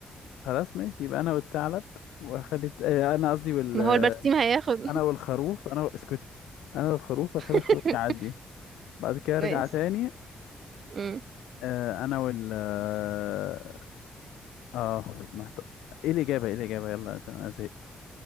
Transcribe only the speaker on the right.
ما
هو البرسيم هياخد
<laughs>
ماشي
مم.